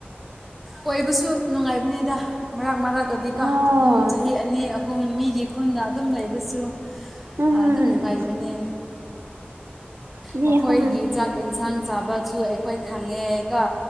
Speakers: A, in the centre; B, on the right.
A: ꯑꯣꯏꯕꯁꯨ ꯅꯨꯡꯉꯥꯏꯕꯅꯤꯗ ꯃꯔꯛ ꯃꯔꯛꯇꯗꯤꯀꯣ
B: ꯑꯣ
A: ꯑꯗꯨꯝ ꯆꯍꯤ ꯑꯅꯤ ꯑꯍꯨꯝ ꯃꯤꯒꯤ ꯏꯈꯨꯜꯗ ꯑꯗꯨꯝ ꯂꯩꯕꯁꯨ
B: ꯎꯝ
A: ꯑꯗꯨꯝ ꯅꯨꯡꯉꯥꯏꯕꯅꯤ
B: ꯑꯅꯤ
A: ꯃꯈꯣꯏꯒꯤ
B: ꯑꯍꯨꯝ
A: ꯆꯥꯛ ꯌꯦꯟꯁꯥꯡ ꯆꯥꯕꯁꯨ ꯑꯩꯈꯣꯏ ꯈꯪꯉꯦꯀꯣ